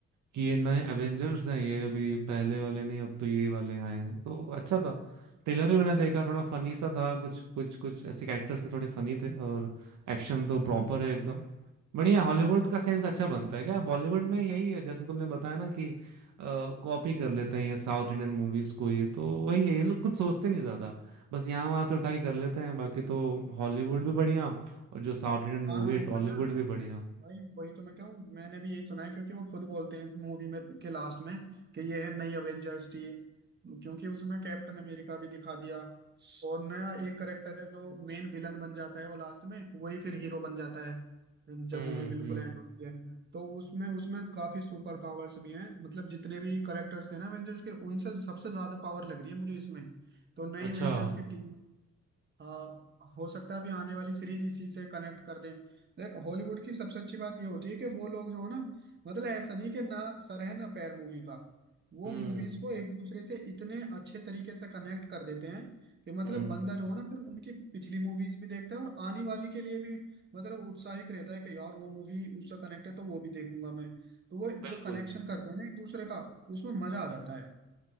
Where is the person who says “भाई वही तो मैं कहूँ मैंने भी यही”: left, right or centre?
Right